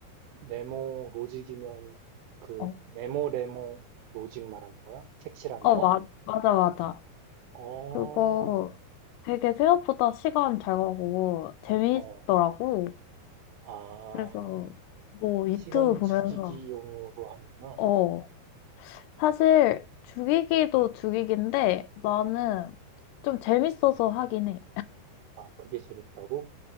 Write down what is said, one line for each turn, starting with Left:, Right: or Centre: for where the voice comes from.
Right: 네모 로직이면 그
Left: 어,
Right: 네모 레모 로직 말하는 거야? 색칠하는
Left: 어
Right: 거?
Left: 마, 맞아 맞아
Right: 어,
Left: 그거 되게 생각보다 시간 잘 가고 재미있더라고
Right: 어, 아,
Left: 그래서 뭐 유튜브
Right: 시간
Left: 보면서
Right: 죽이기용으로 하는구나.
Left: 어 사실 죽이기도 죽이기인데 나는 좀 재밌어서 하긴 해
Right: 아, 그게 재밌다고?